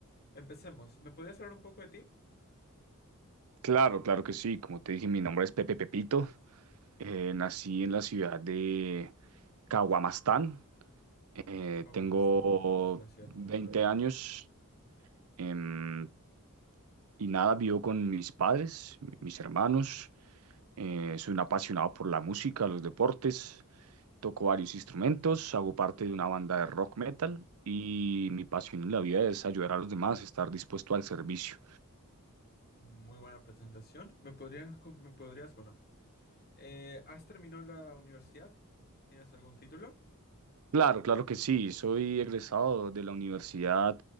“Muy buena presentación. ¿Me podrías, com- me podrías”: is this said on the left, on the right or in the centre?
Left